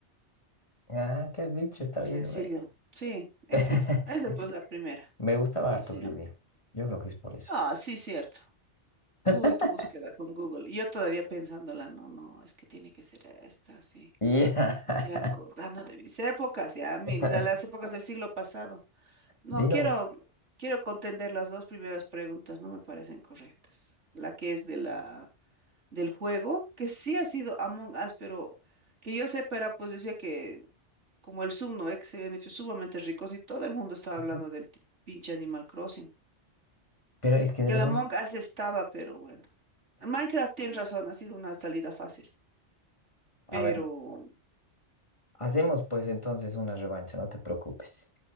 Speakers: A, on the left; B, on the right.
A: Ah, ¿qué has dicho? Está
B: sencillo.
A: bien, ¿no?
B: Sí, esa
A: <laughs>
B: es. Esa pues la primera.
A: Me gustaba
B: Esa
A: harto
B: se
A: Britney.
B: llama.
A: Yo creo que es por eso.
B: Ah, sí, cierto.
A: <laughs>
B: Tú y tu búsqueda con Google. Y Yo todavía pensándola, no, no, es que tiene que ser esta, sí.
A: Ya.
B: Estoy acordando de mis épocas, ya, mi-
A: <laughs>
B: la- las épocas del siglo pasado. No,
A: Dino,
B: quiero, quiero contender las dos primeras preguntas, no me parecen correctas. La que es de la, del juego, que sí ha sido Among Us, pero que yo sepa era, pues decía que como el Zoom, ¿no? eh, Que se habían hecho sumamente ricos y todo el mundo estaba
A: ujú,
B: hablando del ti- pinche Animal Crossing.
A: pero es que de
B: Y
A: verdad.
B: el Among Us estaba, pero bueno. En Minecraft tienes razón, ha sido una salida fácil,
A: A
B: pero
A: ver, hacemos
B: bueno.
A: pues entonces una revancha, no te preocupes.